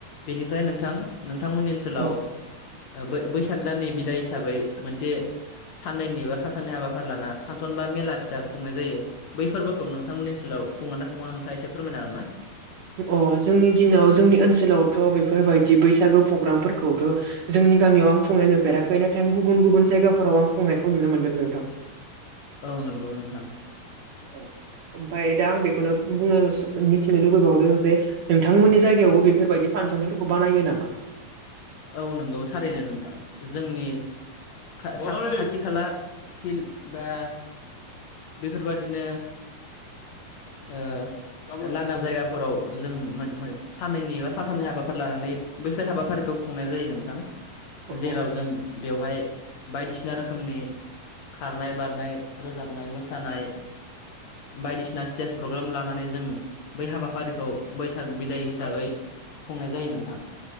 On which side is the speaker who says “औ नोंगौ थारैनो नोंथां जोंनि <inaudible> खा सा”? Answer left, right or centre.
Left